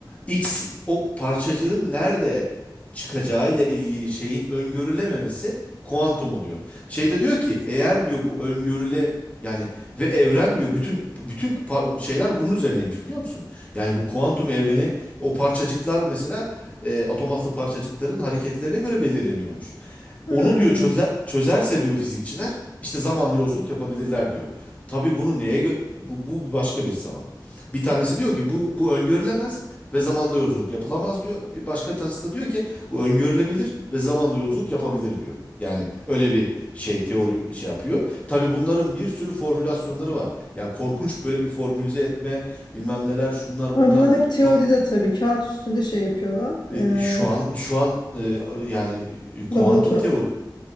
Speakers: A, on the left (about 20°); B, on the left (about 70°).
A: X o parçacığın nerede çıkacağı ile ilgili şeyin öngörülememesi kuantum oluyor. Şeyde diyor ki eğer diyor bu öngörüle yani ve evren diyor bütün bütün pa- şeyler bunun üzerineymiş biliyor musun? Yani bu kuantum evreni o parçacıklar mesela e, atom altı parçacıkların hareketlerine göre belirleniyormuş.
B: Hı.
A: Onu diyor çöze- çözerse diyor fizikçiler işte zamanla yolculuk yapabilirler diyor. Tabii bunu neye gö- bu, bu başka bir zaman. Bir tanesi diyor ki bu bu öngörülemez ve zamanda yolculuk yapılamaz diyor. Bir başka tasarısı diyor ki bu öngörülebilir ve zamanda yolculuk yapabilir diyor. Yani öyle bir şey teori şey yapıyor. Tabii bunların bir sürü formülasyonları var. Yani korkunç böyle bir formülize etme bilmem neler şunlar
B: Ama
A: bunlar.
B: bunlar hep
A: Şu
B: teoride
A: an
B: tabii. Kağıt üstünde şey yapıyorlar. Ee,
A: e, şu an şu an e, yani e, kuantum
B: laboratuvar
A: teori